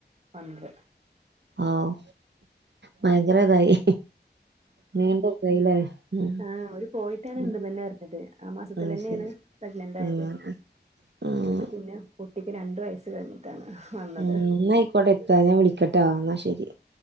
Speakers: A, on the right (about 40°); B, on the right (about 75°).
A: വന്ന്
B: ആഹു ഭയങ്കര ഇതായി നീണ്ട തായില്ലെ ഏഹ് ഉം
A: ആഹ് അവര് പോയിട്ടാണ്
B: ഉം
A: ഇണ്ട് തന്നെ അറിഞ്ഞത് ആ മാസത്തിലന്നെണ്
B: ആഹ് ശരി
A: പ്രഗ്നന്റായത്
B: ആഹ്
A: എന്നിട്ട്
B: ആഹ്
A: പിന്നെ കുട്ടിക്ക് രണ്ടു വയസ്സ് കഴിഞ്ഞിട്ടാണ് വന്നത്
B: ഉം എന്നാ ആയിക്കോട്ടെ ഇത്താ ഞാൻ വിളിക്കട്ടാ എന്നാ ശരി